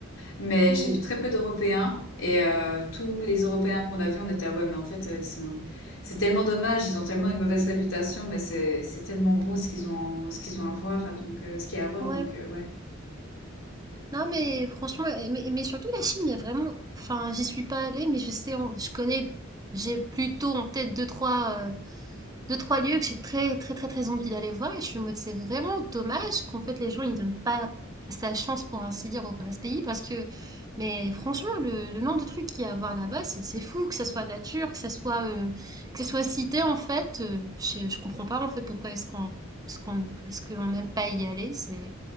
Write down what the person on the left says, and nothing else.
mais
j'ai vu très peu d'Européens. Et euh, tous les Européens qu'on a vus, on était, ah ouais, mais en fait, euh, ils sont c'est tellement dommage, ils ont tellement une mauvaise réputation, mais c'est c'est tellement beau ce qu'ils ont ce qu'ils ont à voir, donc euh, ce qu'il y a à voir,
donc euh, ouais.